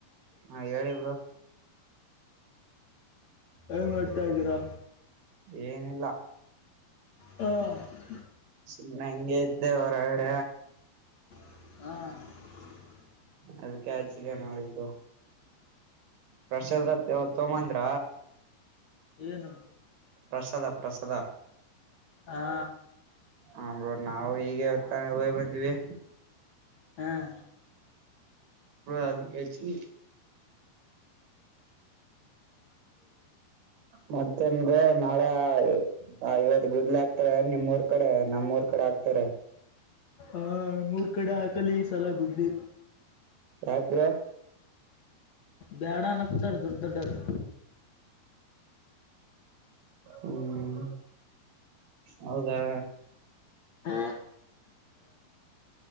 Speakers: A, on the right (about 65°); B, on the left (about 50°).
A: ಹಾ ಹೇಳಿ ಬ್ರೋ
B: ಏನ್ ಮಾಡ್ತಾ ಇದೀರಾ
A: ಏನಿಲ್ಲ
B: ಹ
A: ಸನ್ನ ಎಂಗ ಇದ್ದ ಹೊರ ಎಡ
B: ಹ್ಮ
A: ಅದಕ್ಕೆ ಆಚಿಲ್ಲ ನಾಳಗ ಪ್ರಸಾದ ತೋಮಂದ್ರ
B: ಏನು
A: ಪ್ರಸಾದಪ್ಪ ಪ್ರಸದ
B: ಹಾ
A: ಹಮ್ರ ನಾವು ಈಗ ಹೊತ್ತಾನ ಹೋಗ್ ಬಂದಿವವಿ
B: ಹ್ಮ್
A: ಅದಕ್ಕೆಚಿ
B: ಹ
A: ಮತ್ತೆಮ್ದು ನಾಳೆ ಆ ಇವತ್ ಗುದ್ಲು ಆಗ್ತಾರ ನಿಮ್ಮ್ಊರ್ ಕಡೆ ನಮ್ಮ್ರ್ ಕಡೆ ಆಗ್ತಾರೆ
B: ಹಾ ಮೂರ್ ಕಡೆ ಹಾಕಲಿ ಸಲ ಕುದ್ಲಿ
A: ಯಾಕ್ ಬ್ರೋ
B: ಬ್ಯಾಡ ನ ಕುೂತಾರ ದೊಡ್ಡ ದೊಡ್ಡರು
A: ಹ್ಮ್ ಹೌದಾ
B: ಹಾ